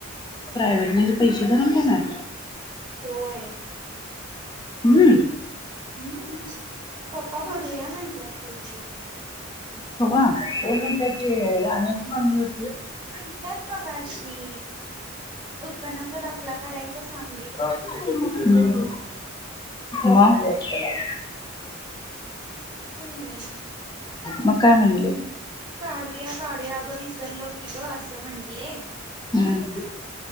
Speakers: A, on the left; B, on the right.
A: प्रायव्हेट म्हणजे पैसे भरून घेणार?
B: होय
A: हम्म
B: हम्म पप्पा भरूया म्हंटल्यात पैसे
A: तवा एक गुंट्याची रानं कुणाकडून घेतलेत
B: म्हंटल्यात मगाशी उत्पन्नाचा दाखला काढायचा सांग
A: हम्म ना य
B: मग काय नाही
A: मग काय म्हणले
B: काढूया, काढूया अगं विसरलो की ग असं म्हटले
A: हम्म